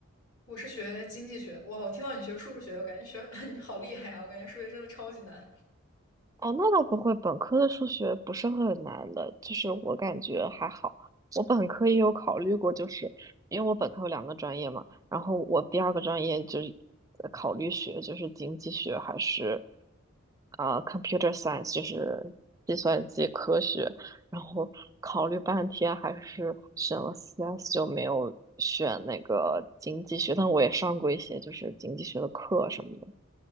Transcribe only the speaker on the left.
我是学经济学，哇，我听到你学数学，我感觉学 <laughs> 你好厉害啊！我感觉数学真的超级难。